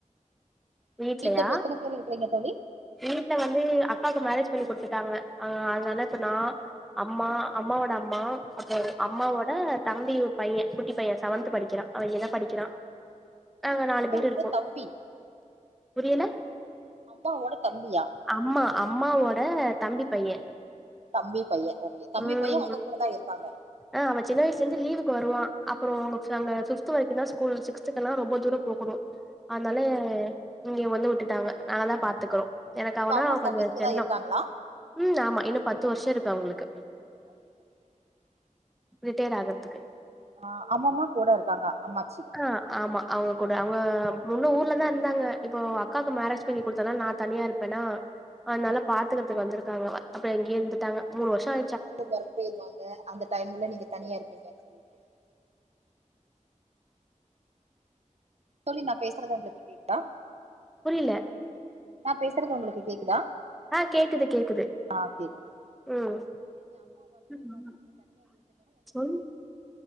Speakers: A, on the right (about 55°); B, in the centre.
A: நீங்க
B: வீட்லயா
A: வீட்டுல எத்தன பேரு இருக்கிறீங்க தோழி
B: வீட்ல வந்து அக்காவுக்கு மேரேஜ் பண்ணி குடுத்துட்டாங்க ஆன் அதனால இப்ப நா அம்மா அம்மாவோட அம்மா அப்பற அம்மாவோட தம்பி பைய குட்டி பைய செவன்த் படிக்கிறா அவ இங்கதா படிக்கிறா நாங்க நாலு
A: அம்மாவோட
B: பேர் இருக்கோ
A: தம்பி
B: புரியல
A: அம்மாவோட தம்பியா
B: அம்மா அம்மாவோட தம்பி பையன்
A: தம்பி பைய ஓகே தம்பி
B: உம்
A: பைய உங்க கூட தா இருக்காங்க
B: ஆஹ் அவ சின்ன வயசுல இருந்து லீவுக்கு வருவா அப்பற அங்க ஃபிஃப்த் வரைக்குந்தான் ஸ்கூல் சிக்ஸ்த்துக்கு எல்லா ரொம்ப தூரம் போகணு அதனால
A: ஓகே,
B: இங்க வந்து விட்டுட்டாங்க நாங்க தா பாத்துக்கறோ எனக்கு
A: இப்ப
B: அவனா
A: அம்மா சர்வீஸ்ல
B: கொஞ்ச செல்ல
A: தா இருக்காங்களா
B: ம் ஆமா இன்னு பத்து வருஷ இருக்கு அவங்களுக்கு
A: <unintelligible>
B: ரிட்டையர் ஆகுறதுக்கு
A: ஆ அம்மம்மா கூட இருக்காங்க அம்மாச்சி
B: ஆ ஆமா அவங்க கூட அவங்க முன்ன ஊர்லதா இருந்தாங்க இப்போ அக்காக்கு மேரேஜ் பண்ணி குடுத்ததுனால நா தனியா இருப்பேனா அதனால பாத்துக்கறதுக்கு வந்துருக்காங்க வ அப்ப இங்கயே இருந்துட்டாங்க மூணு வருஷோ ஆ
A: அம்மா வந்து ஒர்க் போயிருவாங்க அந்த டைம்ல நீங்க தனியா இருப்பீங்கன்னு சொல்லிட்டு தோழி நா பேசுறது உங்களுக்கு கேக்குதா
B: புரியல
A: நா பேசுறது உங்களுக்கு கேக்குதா
B: ஆ கேக்குது கேக்குது
A: ஆ கேக்குது
B: ம் ம் சொல்